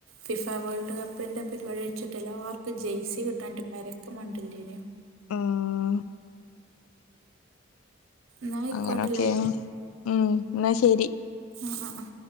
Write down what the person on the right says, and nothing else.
ഫിഫ വേൾഡ് കപ്പിന്റെ പരിവാടി വെച്ചിട്ട് എല്ലാർക്കും ജേഴ്സി കിട്ടാഞ്ഞിട്ട് പരക്കം മണ്ടല്ലേന്യോ.
ന്നാ അയ്ക്കൊട്ടെല്ലേ
ആഹ് ആഹ് ആഹ്